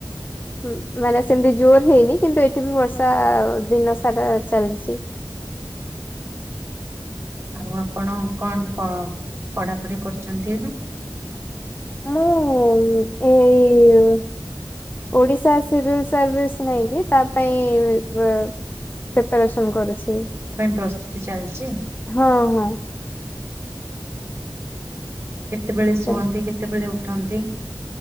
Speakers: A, on the left; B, on the right.
A: ହୁଁ, ମାନେ ସେମିତି ଜୋର ହେଇନି କିନ୍ତୁ ଏଠି ବି ବର୍ଷା ଦିନ ସାରା ଚାଲିଚି।
B: ଆଉ ଆପଣ କଣ ପ ପଢାପଢି କରୁଚନ୍ତି ଏବେ?
A: ମୁଁ ଏଇ ଓଡିଶା ଆସିବି ସର୍ଭିସ୍ ନେଇକି ତା ପାଇଁ ବ ପ୍ରିପାରେସନ୍ କରୁଚି।
B: ତା ପାଇଁ ପ୍ରସ୍ତୁତି ଚାଲିଚି?
A: ହଁ ହଁ।
B: କେତେବେଳେ ଶୁଅନ୍ତି?
A: ସେ
B: କେତେବେଳେ ଉଠନ୍ତି?